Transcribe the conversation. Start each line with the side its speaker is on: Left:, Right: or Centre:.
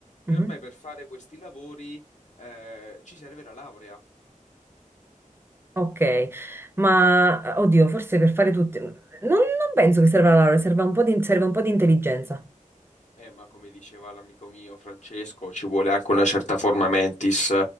Left: che
Right: Mhm.
Left: ormai per fare questi lavori eh, ci serve la laurea.
Right: Ok, ma eh, oddio, forse per fare tutti... Non, non penso che serva la laurea, serva un po' di, serve un po' di intelligenza.
Left: Eh, ma come diceva l'amico mio Francesco, ci vuole anche una certa forma mentis